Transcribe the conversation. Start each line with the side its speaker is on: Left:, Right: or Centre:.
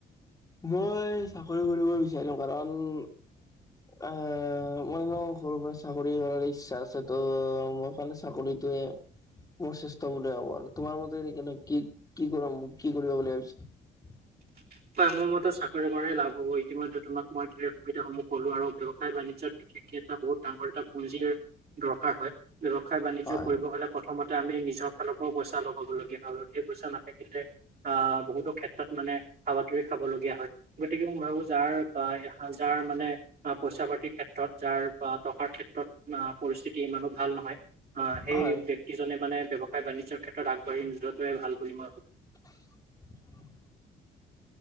Left: মই চাকৰি কৰিব বিচাৰো কাৰণ অ মই ন সৰুৰ পৰা চাকৰি কৰাৰ ইচ্ছা আছে। ত মই কাৰণে চাকৰি টোৱে মই শ্ৰেষ্ঠ বুলি ভাবো আৰু তোমাৰ মতে <unintelligible> কি কি কৰাম কি কৰিবা বুলি ভাবিছ
Right: <inaudible> হয় মোৰ মতে চাকৰি কৰাই লাভ হ'ব ইতিমধ্যে তোমাক মই ধেৰ সুবিধাসমূহ ক'লো আৰু ব্যৱসায় বাণিজ্যৰ <unintelligible> বহুত ডাঙৰ এটা পুঁনজিৰ দৰকাৰ হয়। ব্যৱসায়-বাণিজ্য
Left: হয়।
Right: কৰিব হ'লে প্ৰথমতে আমি নিজৰ ফালৰ পৰাও পইচা লগাবলগীয়া হয় আৰু সেই পইচা না <unintelligible> আহ বহুতো ক্ষেত্ৰত মানে হাবাথুৰি খাবলগীয়া হয়। গতিকে মই ভাবো যাৰ আহ যাৰ মানে পইচা পাতিৰ ক্ষেত যাৰ বা টকাৰ ক্ষেত্ৰত আ পৰিস্থিতি ইমানো ভাল নহয়। অ সেই
Left: হয়,
Right: ব্যক্তিজনে মানে ব্যৱসায়-বাণিজ্যৰ ক্ষেত্ৰত আগবাঢ়ি নোযোৱাটোৱে ভাল বুলি মই ভাবো।
Left: <unintelligible>